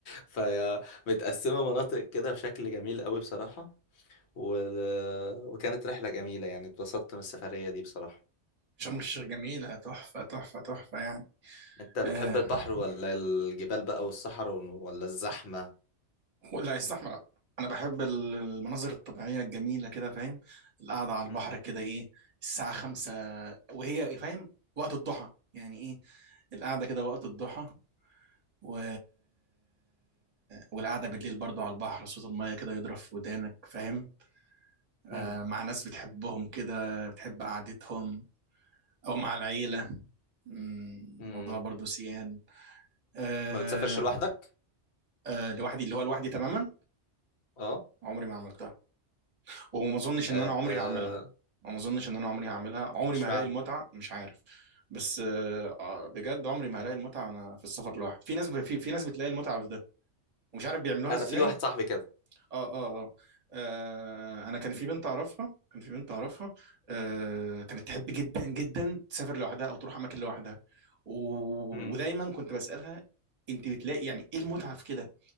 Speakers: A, on the left; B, on the right.
A: فهي متقسمة مناطق كده بشكل جميل قوي بصراحة و... وكانت رحلة جميلة يعني اتبسطت من السفرية دي بصراحة
B: شرم الشيخ جميلة تحفة تحفة تحفة يعني
A: انت بتحب
B: آه
A: البحر ولا الجبال بقى والصحراء ون- ولا الزحمة
B: ولا يستحمل أنا بحب ال- المناظر الطبيعية الجميلة كده فاهم القعدة على البحر
A: مم.
B: كده إيه الساعة خمسة وهي فاهم وقت الضحى يعني إيه القعدة كده وقت الضحى و... والقعدة بالليل برضو على البحر صوت المية كده يضرب في ودانك فاهم
A: مم.
B: آه مع ناس بتحبهم كده بتحب قعدتهم أو مع العيلة مم،
A: مم.
B: موضوع برضو سيان آه
A: ما بتسافرش لوحدك
B: آه لوحدي اللي هو لوحدي تماما
A: اه
B: عمري ما عملتها وما اظنش
A: آه،
B: ان انا عمري
A: آه،
B: هعملها ما اظنش ان انا عمري هعملها عمري
A: اشمعنى
B: ما هلاقي المتعه مش عارف بس آه آه، بجد عمري ما هلاقي المتعه وانا في السفر لوحدي في ناس ب... في... في ناس بتلاقي المتعه في ده ومش عارف بيعملوها
A: انا
B: ازاي
A: في واحد صاحبي كده
B: اه اه اه آه، انا كان في بنت اعرفها كان في بنت اعرفها آه، كانت تحب جدا جدا تسافر لوحدها او تروح اماكن لوحدها و...
A: امم
B: ودايما كنت بسالها انت بتلاقي يعني ايه المتعه في كده